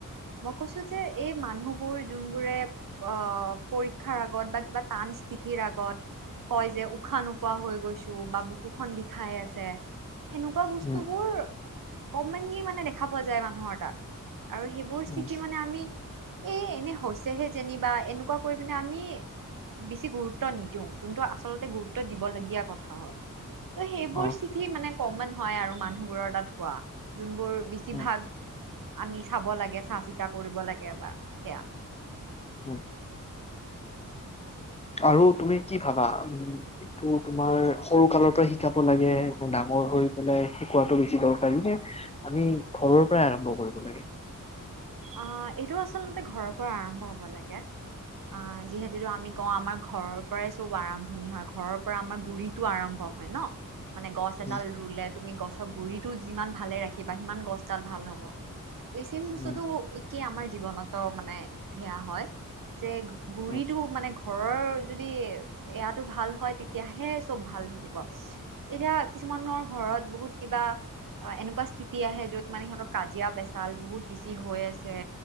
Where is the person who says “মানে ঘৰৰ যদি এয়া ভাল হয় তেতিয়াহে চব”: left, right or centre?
Right